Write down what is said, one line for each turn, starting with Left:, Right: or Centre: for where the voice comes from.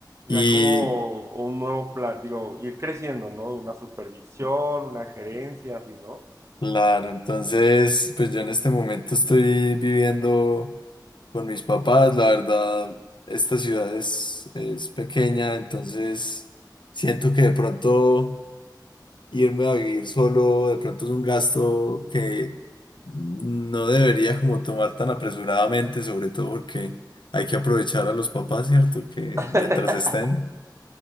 Right: ya
Left: Y
Right: como un nuevo plan, digo, ir creciendo, ¿no? Una supervisión, una gerencia, así, ¿no?
Left: claro, entonces pues yo en este momento estoy viviendo con mis papás. La verdad, esta ciudad es, es pequeña, entonces siento que de pronto... irme a vivir solo, de pronto es un gasto que no debería como tomar tan apresuradamente, sobre todo porque hay que aprovechar a los papás, ¿cierto? Que
Right: <laughs>
Left: mientras estén.